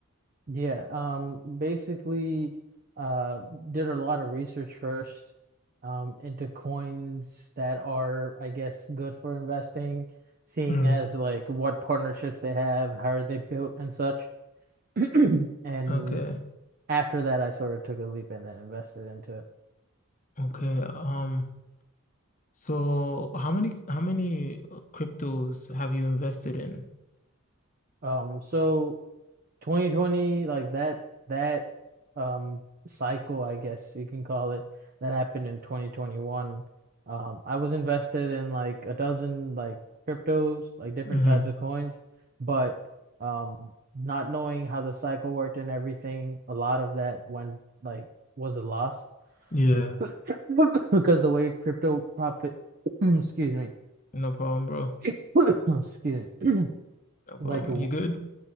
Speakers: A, on the right; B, on the left.
A: Yeah, um, basically, uh, did a lot of research first, um, into coins that are, I guess, good for investing, seeing
B: Mm.
A: as like what partnerships they have, how are they built, and such. <clears throat> And
B: Okay.
A: after that, I sort of took a leap and then invested into it.
B: Okay. Um so how many how many uh, cryptos have you invested in?
A: Um, so 2020, like that that um cycle, I guess you can call it, that happened in 2021. Um, I was invested in like a dozen like cryptos, like different
B: Mm-hmm.
A: types of coins, but um not knowing how the cycle worked and everything, a lot of that went like was a loss
B: Yeah.
A: <laughs> because the way crypto profit, <clears throat> excuse me,
B: No problem, bro.
A: <coughs> <clears throat> excuse me, <clears throat>
B: No problem.
A: like a,
B: You good?